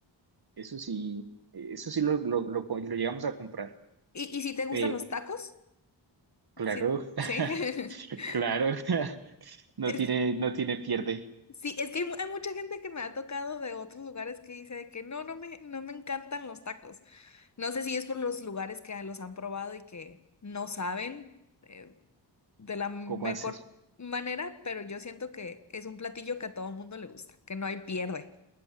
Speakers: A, on the right; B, on the left.
A: eso sí, eh, eso sí lo, lo, lo, co- lo llegamos a comprar.
B: ¿Y, y si te gustan
A: Eh,
B: los tacos?
A: claro,
B: Sí,
A: <laughs>
B: sí. <laughs>
A: claro, <laughs> no
B: Es
A: tiene,
B: que-
A: no tiene pierde
B: sí, es que hay, mu- hay mucha gente que me ha tocado de otros lugares que dice de que no, no me, no me encantan los tacos. No sé si es por los lugares que los han probado y que no saben eh, de la mejor
A: cómo hacer.
B: manera, pero yo siento que es un platillo que a todo mundo le gusta, que no hay pierde.